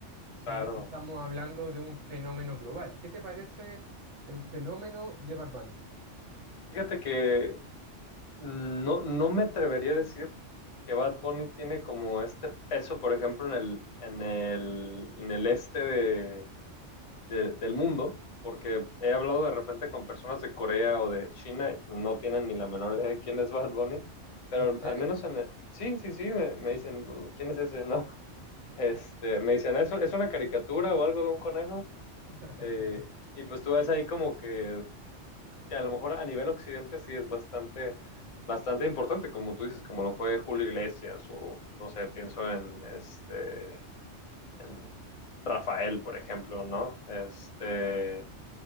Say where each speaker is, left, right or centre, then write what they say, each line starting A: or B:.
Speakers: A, on the right; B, on the left.
A: sino
B: claro.
A: que estamos hablando de un fenómeno global. ¿Qué te parece el fenómeno de Bad Bunny?
B: Fíjate que no, no me atrevería a decir que Bad Bunny tiene como este peso, por ejemplo, en el, en el, en el este de, de- del mundo, porque he hablado de repente con personas de Corea o de China, y no tienen ni la menor idea de quién es Bad Bunny, pero
A: ¿En
B: al,
A: serio?
B: al menos en... Sí, sí, sí, me, me dicen, "Uh, ¿quién es ese? <laughs> No, este, me dicen, ¿es, es una caricatura o algo de un conejo?
A: <laughs>
B: Eh, y pues tú ves ahí como que que a lo mejor a nivel occidente sí es bastante, bastante importante, como tú dices, como lo fue Julio Iglesias o, no sé, pienso en, este, en Rafael, por ejemplo, ¿no? Este,